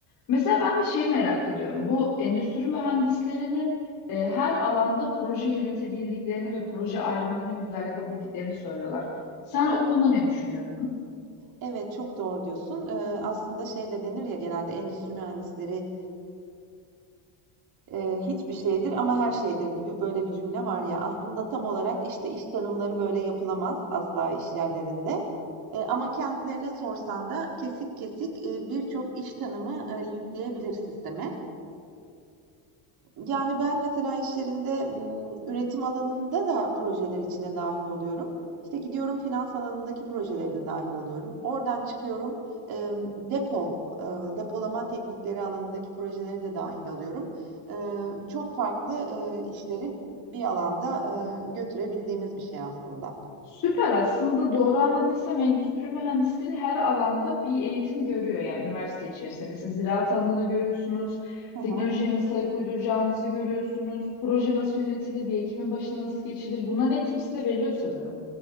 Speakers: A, on the left (about 45°); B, on the right (about 45°).
A: Mesela ben de şey merak ediyorum. Bu endüstri mühendislerinin e, her alanda proje yönetebildiklerini ve proje ayrımlarını güzel yapabildiklerini söylüyorlar. Sen o konuda ne düşünüyorsun?
B: Evet, çok doğru diyorsun. Eee, aslında şey de denir ya genelde endüstri mühendisleri, Eee, hiçbir şeydir ama her şeydir gibi böyle bir cümle var ya. Aslında tam olarak işte iş tanımları böyle yapılamaz asla iş yerlerinde. E, ama kendilerine sorsan da kesik kesik e, birçok iş tanımı e, yükleyebilir sisteme yani, ben mesela işlerinde üretim alanında da projeler içine dahil oluyorum. İşte, gidiyorum finans alanındaki projeleri de dahil oluyorum. Oradan çıkıyorum, depo, depolama teknikleri alanındaki projeleri de dahil alıyorum. çok farklı, işleri bir alanda, götürebildiğimiz bir şey aslında.
A: Süper aslında doğru anladıysam endüstri mühendisleri her alanda bir eğitim görüyor yani üniversite içerisinde. Mesela ziraat alanında görüyorsunuz,
B: Hı
A: teknolojiye
B: hı.
A: nasıl ayak uyduracağınızı görüyorsunuz, proje nasıl yönetilir, bir ekibin başına nasıl geçilir. Bunların eğitimi size veriliyor sanırım.